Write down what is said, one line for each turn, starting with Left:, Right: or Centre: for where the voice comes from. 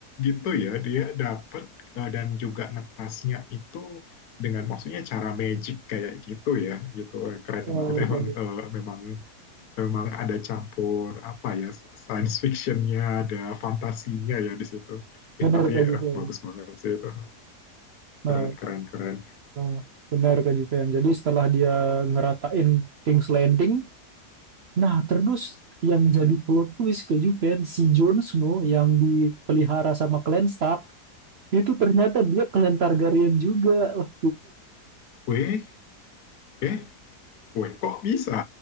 Left: gitu ya dia dapat eh, dan juga netasnya itu dengan maksudnya cara magic kayak gitu ya gitu keren
Right: bener
Left: banget emang
Right: Kak Ju-
Left: eh, memang memang ada campur apa ya science fictionnya ada fantasinya ya di situ
Right: bener,
Left: eh tapi
Right: Kak Juven
Left: eh, bagus banget sih itu
Right: nah,
Left: keren keren keren
Right: nah bener Kak Juven jadi setelah dia ngeratain King's Landing Nah, terus yang menjadi plot twist ke Juven, si Jon Snow yang dipelihara sama Clan Stark, itu ternyata dia Clan Targaryen juga. Wah,
Left: weh eh weh kok bisa